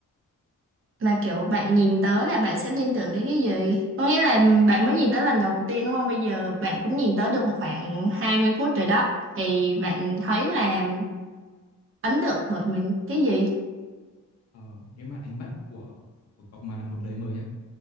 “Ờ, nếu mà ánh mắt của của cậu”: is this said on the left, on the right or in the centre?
Left